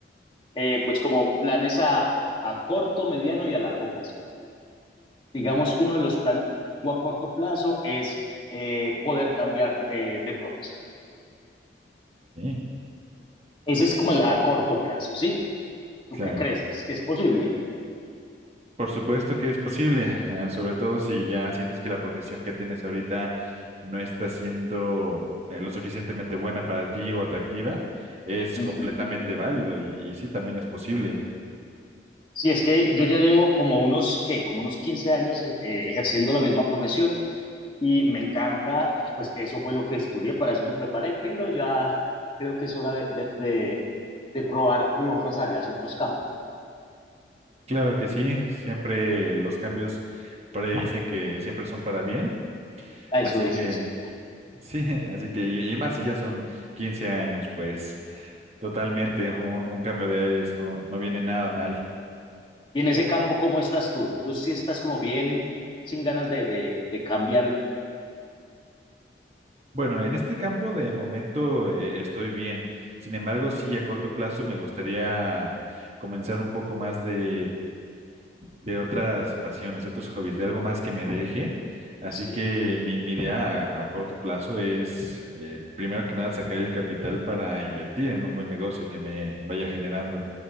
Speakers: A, on the left; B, on the right.
A: eh, pues como planes a, a, corto, mediano y a largo plazo. Digamos que uno de los planes a corto plazo es eh, poder cambiar eh, de profesión.
B: Sí,
A: Ese es como el a corto plazo, ¿sí? ¿Tú
B: claro.
A: qué crees que es, que es posible?
B: Por supuesto que es posible, eh, sobre todo si ya sientes que la profesión que tienes ahorita no está siendo eh, lo suficientemente buena para ti o atractiva, es
A: Uh
B: completamente
A: -huh.
B: válido y, y sí, también es posible.
A: Sí, es que yo ya llevo como unos, ¿qué? Como unos 15 años eh, eh, ejerciendo la misma profesión y me encanta, pues eso fue lo que estudié, para eso me preparé, pero ya creo que es hora de, de, de, de probar como otras áreas, otros campos.
B: Claro que sí, siempre los cambios por ahí dicen que siempre son para bien,
A: A
B: así
A: eso dicen,
B: que...
A: sí.
B: Sí, <laughs> así que, y, y más si ya son 15 años, pues totalmente un, un cambio de aires no, no viene nada mal.
A: Y en ese campo, ¿cómo estás tú? Tú sí estás como bien, sin ganas de, de, de cambiar.
B: Bueno, en este campo de momento eh, estoy bien. Sin embargo, sí, a corto plazo me gustaría comenzar un poco más de, de otras pasiones, de otros hobbies, de algo más que me deje. Así
A: Sí.
B: que mi, mi idea a, a corto plazo es, eh, primero que nada, sacar el capital para invertir en un buen negocio que me vaya generando.